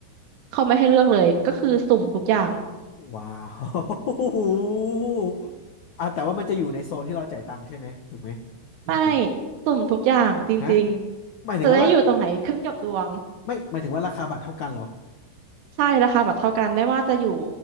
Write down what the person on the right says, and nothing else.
เขาไม่ให้เลือกเลย ก็คือสุ่มทุกอย่าง
ไม่
สุ่มทุกอย่างจริงๆจะได้อยู่ตรงไหนขึ้นกับดวง
ใช่ราคาบัตรเท่ากันได้ว่าจะอยู่